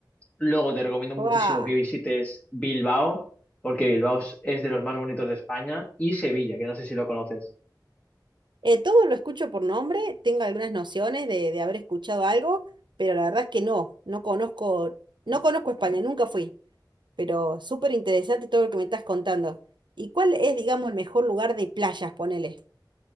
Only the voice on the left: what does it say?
Luego te recomiendo muchísimo
que visites Bilbao, porque Bilbao es es de los más bonitos de España, y Sevilla, que no sé si lo conoces.